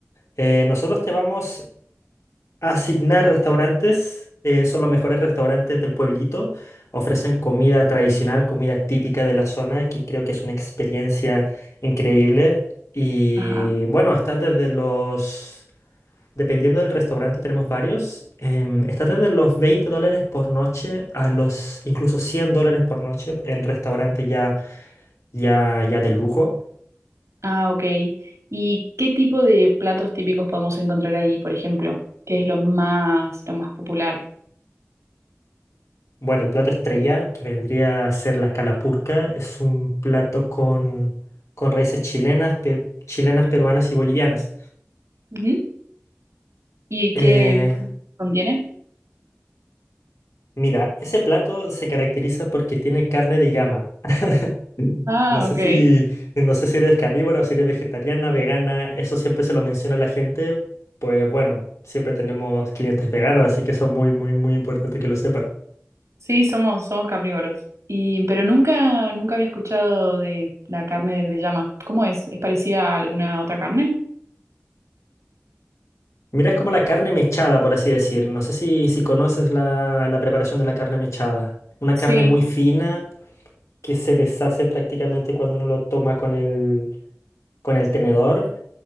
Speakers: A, on the left; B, on the right.
A: Eh, nosotros te vamos a asignar restaurantes, eh, son los mejores restaurantes del pueblito. Ofrecen comida tradicional, comida típica de la zona, que creo que es una experiencia increíble. Y
B: Ajá.
A: bueno, está desde los... Dependiendo del restaurante, tenemos varios. Em, está desde los 20 dólares por noche a los incluso 100 dólares por noche en restaurante ya, ya, ya de lujo.
B: Ah, ok. ¿Y qué tipo de platos típicos podemos encontrar ahí, por ejemplo? ¿Qué es lo más, lo más popular?
A: Bueno, el plato estrella, que vendría a ser la calapurca, es un plato con, con raíces chilenas, per- chilenas, peruanas y bolivianas.
B: Ujú. ¿Y
A: Eh,
B: qué qué contiene?
A: mira, ese plato se caracteriza porque tiene carne de llama. Mm.
B: Ah,
A: No sé
B: ok.
A: si, no sé si eres carnívora o si eres vegetariana, vegana, eso siempre se lo menciona a la gente. Pues bueno, siempre tenemos clientes veganos, así que eso es muy, muy, muy importante que lo sepan.
B: Sí, somos, somos carnívoros. Y, pero nunca, nunca había escuchado de la carne de llama. ¿Cómo es? ¿Es parecida a alguna otra carne?
A: Mira, es como la carne mechada, por así decir. No sé si, si conoces la, la preparación de la carne mechada. Una
B: Sí.
A: carne muy fina que se deshace prácticamente cuando uno lo toma con el, con el tenedor